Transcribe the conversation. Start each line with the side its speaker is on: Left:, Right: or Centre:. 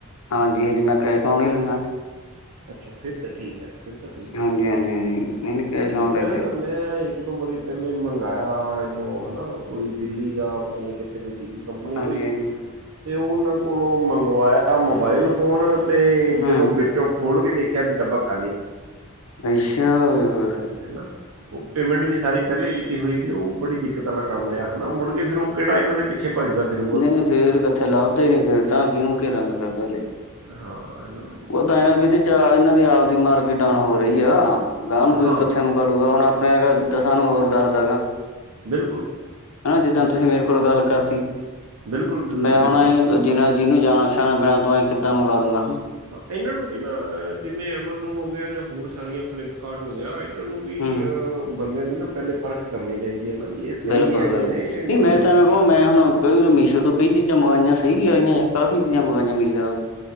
Left: ਹਾਂਜੀ- ਹਾਂਜੀ ਮੈ ਕੈਸ਼ ਆੱਨ ਈ ਦਿੱਨਾ।
Right: ਅੱਛਾ, ਫਿਰ ਤੇ ਠੀਕ ਐ ਫਿਰ ਤੇ ਠੀਕ
Left: ਹਾਂਜੀ
Right: ਐ ਹਨਾ,
Left: ਹਾਂਜੀ ਹਾਂਜੀ ਨਹੀਂ ਨਹੀਂ ਕੈਸ਼
Right: ਕਿਉਂਕਿ
Left: ਔਨ
Right: ਮੈਂ
Left: ਲੈਂਦੇ
Right: ਨਾ
Left: ਆ।
Right: ਮੈਂ ਇੱਕ ਦੋ ਵਾਰੀ ਪਹਿਲੇ ਮੰਗਾਇਆ ਇੱਧਰੋਂ ਹਨਾ ਕੋਈ ਦਿੱਲੀ ਦਾ ਪਤਾ ਨੀ ਕਿ ਇੱਥੇ ਦੀ ਸੀਗੀ ਕੰਪਨੀ
Left: ਹਾਂਜੀ
Right: ਕੋਈ
Left: ਹਾਂਜੀ
Right: ਤੇ ਉਹਨਾਂ ਕੋਲੋਂ ਮੰਗਵਾਇਆ ਮੋਬਾਇਲ। ਫੋਨ ਤੇ
Left: ਹੂੰ
Right: ਜਦੋਂ ਵਿੱਚੋਂ ਖੋਲ ਕੇ ਦੇਖਿਆ ਤੇ ਡੱਬਾ ਖਾਲੀ।
Left: ਅੱਛਾ <unintelligible>
Right: ਹੈਨਾ। ਉਹ ਪੇਮੈਂਟ ਵੀ ਸਾਰੀ ਪਹਿਲੇ ਕੀਤੀ ਹੋਈ, ਤੇ ਉਹ ਬੜੀ ਦਿੱਕਤ ਵਾਲਾ ਕੰਮ ਰਿਹਾ ਹਨਾ ਮੁੜ ਕੇ ਫਿਰ ਉਹ ਕਿਹੜਾ ਇਹਨਾਂ ਦੇ ਪਿ ਛੇ ਭੱਜਦਾ ਫਿਰੇ।
Left: ਨਹੀਂ ਫੇਰ ਕਿੱਥੇ ਲੱਭਦੇ ਨੇ ਫੇਰ। ਤਾਂ ਕਿਹਨੂੰ ਘੇਰਾਂਗੇ ਫਿਰ ਗੱਲ <unintelligible>
Right: ਹਾਂ ਹੈ ਨਾ
Left: ਤਾ ਇਹਨਾਂ ਦੀ ਆਵਦੀ ਮਾਰਕੀਟ ਡੋਨ ਹੋ ਰਹੀ ਆ <unintelligible>
Right: ਹਾਂ
Left: ਹੁਣ ਆਪਣੇ ਦਸਾਂ ਨੂੰ ਹੋਰ ਦੱਸਦਾ ਗਾ।
Right: ਬਿਲਕੁਲ।
Left: ਹਨਾ ਜਿੱਦਾਂ
Right: ਬਿਲਕੁਲ
Left: ਤੁਸੀਂ ਮੇਰੇ ਕੋਲ ਗੱਲ ਕਰਤੀ
Right: ਬਿਲਕੁਲ ਬਿਲਕੁਲ
Left: ਤੇ ਮੈ <unintelligible>
Right: ਬਿਲਕੁਲ ਜੀ
Left: ਜਿੰਨਾ ਜਿਹਨੂੰ ਜਾਣ ਪਛਾਣ ਬਿਨਾ ਤੋਂ ਆਏ ਕਿੱਦਾਂ ਮੰਗਾ ਦੂੰਗਾ ਹੂੰ।
Right: ਹਾਂ ਇਹਨਾਂ ਨੂੰ ਵੀ ਨਾ ਜਿਵੇਂ ਐਮਾਜ਼ੋਨ ਹੋ ਗਿਆ, ਜਾਂ ਹੋਰ ਸਾਰੀਆਂ ਫਲਿੱਪਕਾਰਟ ਹੋ ਗਿਆ ਇਹਨਾ ਨੂੰ ਵੀ
Left: ਹੂੰ ਹੂੰ
Right: ਅਹ ਬੰਦਿਆਂ ਦੀ ਨਾ ਪਹਿਲੇ ਪਰਖ ਕਰਨੀ ਚਾਹੀਦੀ ਐ ਨਾ ਵੀ ਇਹ ਸਹੀ
Left: ਬਿਲਕਲ
Right: ਵੀ ਹੈਗੇ
Left: ਬਿਲਕਲ
Right: ਨੇ ਕਿ
Left: ਨਹੀਂ ਮੇ
Right: ਹੈ ਨਾ
Left: ਤਾਂ ਮੈਂ ਹੁਣ ਮੀਸ਼ੋ ਤੋਂ ਕਈ ਚੀਜ਼ਾਂ ਮੰਗਵਾਈਆਂ, ਸਹੀ ਵੀ ਆ ਰਹੀਆਂ ਯਾਰ ਕਫ਼ੀ ਚੀਜ਼ਾਂ ਮੰਗਵਾਈਆਂ ਮੀਸ਼ੋ ਤੋਂ